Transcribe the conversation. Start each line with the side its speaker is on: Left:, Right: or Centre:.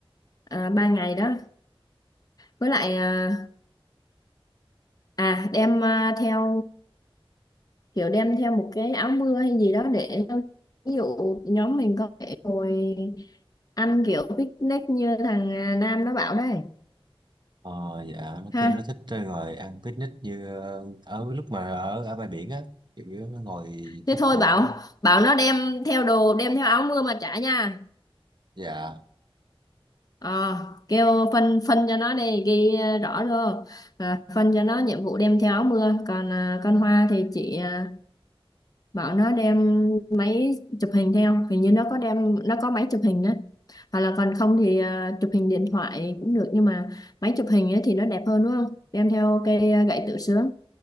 Left: à, ba ngày đó. Với lại à, à đem à, theo kiểu đem theo một cái áo mưa hay gì đó để ví dụ nhóm mình có thể ngồi ăn kiểu picnic như thằng à, Nam nó bảo đây.
Right: ờ dạ nó
Left: Ha.
Right: kêu nó thích ờ, ngồi ăn picnic như ờ, ở lúc mà ở ở bãi biển á kiểu như nó ngồi
Left: Thế
Right: thích
Left: thôi
Right: ngồi
Left: bảo bảo nó đem theo đồ đem theo áo mưa mà trả nha.
Right: dạ
Left: Ờ, kêu phân phân cho nó đi ghi ờ, rõ vô à, phân cho nó nhiệm vụ đem theo áo mưa còn à, con Hoa thì chị à, bảo nó đem máy chụp hình theo hình như nó có đem nó có máy chụp hình đó hoặc là còn không thì à, chụp hình điện thoại cũng được nhưng mà máy chụp hình ấy thì nó đẹp hơn đúng không đem theo cây à, gậy tự sướng